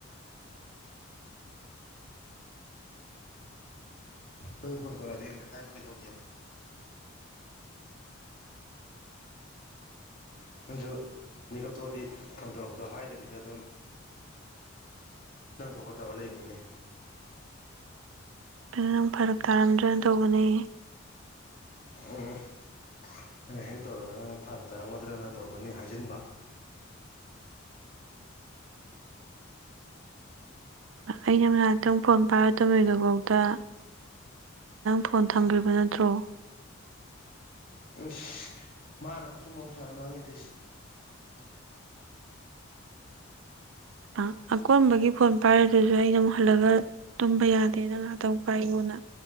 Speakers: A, on the right; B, on the left.
A: <inaudible> <unintelligible>
B: ꯅꯪ ꯐꯣꯟ ꯇꯧꯔꯛꯑꯗꯤ ꯍꯥꯏꯕ ꯀꯩꯗꯧꯒꯦꯕ꯫ ꯅꯪꯁꯨ ꯃꯤꯀꯞ ꯊꯣꯛꯑꯗꯤ ꯐꯣꯟ ꯇꯧꯔꯛꯄꯗꯣ ꯍꯥꯏꯗꯕꯤꯗ ꯑꯗꯨꯝ꯫ ꯅꯪ ꯊꯣꯛꯄ ꯇꯧꯔ ꯂꯩꯕꯅꯤꯅꯦ꯫
A: ꯑꯗꯥ ꯅꯪ ꯐꯔꯛ ꯇꯥꯔꯝꯗ꯭ꯔꯥꯅ ꯇꯧꯕꯅꯦ꯫
B: ꯎꯝ ꯅꯪꯅꯥ ꯍꯦꯛ ꯇꯧꯔꯒꯅꯥ ꯐꯥꯔꯛ ꯇꯥꯔꯝꯒꯗ꯭ꯔꯥ ꯅ ꯇꯧꯗꯕꯅꯤ ꯍꯦꯛ ꯍꯥꯏꯖꯤꯟꯕ꯫
A: ꯑꯩꯅ ꯉꯥꯏꯍꯥꯛꯇꯪ ꯐꯣꯟ ꯄꯥꯏꯔ ꯇꯨꯝꯃꯤꯗꯨ ꯐꯥꯎꯗ ꯐꯣꯟ ꯊꯝꯈꯤꯕꯅ꯫ ꯊ꯭ꯔꯣ꯫
B: ꯑꯁ ꯃꯥꯅ ꯑꯆꯨꯝꯕ ꯑꯃꯨꯛ ꯁꯥꯔꯒ ꯉꯥꯡꯉꯛꯑꯦ ꯊꯧꯔꯤꯁꯦ꯫ <inaudible>
A: ꯑ ꯑꯀꯣꯟꯕꯒꯤ ꯐꯣꯟ꯫ ꯄꯥꯏꯔꯗꯨꯁꯨ ꯑꯩꯅ ꯑꯃꯨꯛ ꯍꯜꯂꯒ ꯇꯨꯝꯕ ꯌꯥꯗꯦꯅ ꯉꯥꯏꯍꯥꯛꯇꯪ ꯄꯥꯏꯉꯣꯅ꯫